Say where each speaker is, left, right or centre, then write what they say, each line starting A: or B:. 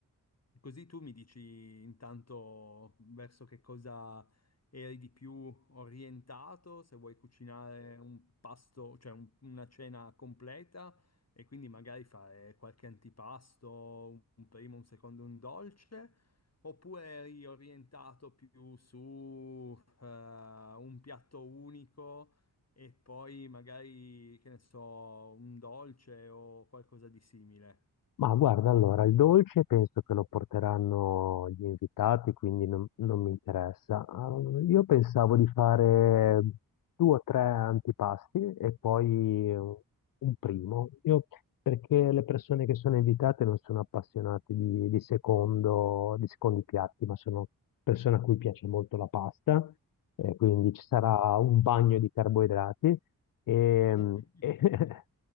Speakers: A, on the left; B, on the left.
A: Così tu mi dici intanto verso che cosa eri di più orientato, se vuoi cucinare un pasto, cioè un- una cena completa e quindi magari fare qualche antipasto, un primo, un secondo, un dolce, oppure eri orientato più su eh, un piatto unico e poi magari, che ne so, un dolce o qualcosa di simile.
B: Ma guarda, allora, il dolce penso che lo porteranno gli invitati, quindi non, non mi interessa. Ah, io pensavo di fare due o tre antipasti e poi eh, un primo. Io, perché le persone che sono invitate non sono appassionate di, di secondo- di secondi piatti, ma sono persone a cui piace molto la pasta, eh, quindi ci sarà
A: Ah.
B: un bagno di carboidrati e,
A: <laughs>
B: e <laughs>